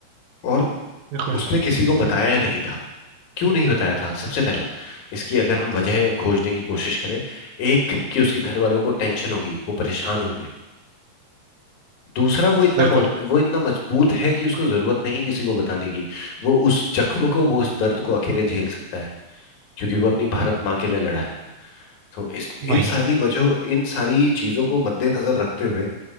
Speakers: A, on the left; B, on the right.
A: और
B: बिल्कुल
A: उसने किसी को बताया नहीं था क्यों नहीं बताया था सबसे पहला इसकी अगर हम वजह खोजने की कोशिश करें एक कि उसके घर वालों को टेंशन होगी वो परेशान होंगे दूसरा वो इतना
B: बिल्कुल
A: मौ- वो इतना मजबूत है कि उसको जरूरत नहीं किसी को बताने की वो उस जख्म को वो उस दर्द को अकेले झेल सकता है क्योंकि वो अपनी भारत माँ के लिए लड़ा है तो इस इन
B: वही
A: सारी वजह इन सारी चीजों को मद्देनजर रखते हुए